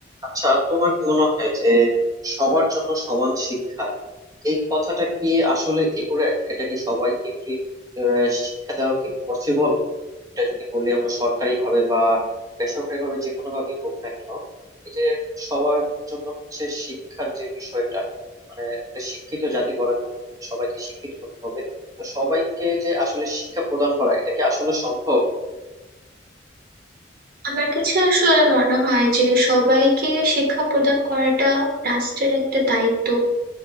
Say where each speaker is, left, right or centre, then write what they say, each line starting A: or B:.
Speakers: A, on the right; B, on the right.
A: আচ্ছা তোমার কি মনে হয় যে সবার জন্য সমান শিক্ষা এই কথাটা কি আসলে একুরেট এটা কি সবাইকে কি আহ, শিক্ষা দেওয়া কি পসিবল এটা যদি বলি আমরা সরকারি ভাবে বা বেসরকারি ভাবে যে কোনো ভাবেই হোক না কেন এই যে সবার জন্য হচ্ছে শিক্ষার যে বিষয়টা মানে একটা শিক্ষিত জাতি গড়ার জন্য সবাইকে শিক্ষিত করতে হবে তো সবাইকে যে আসলে শিক্ষা প্রদান করা এটা কি আসলে সম্ভব
B: আমার কাছে আসলে মনে হয় যে সবাইকে শিক্ষা প্রদান করাটা রাষ্ট্রের একটা দায়িত্ব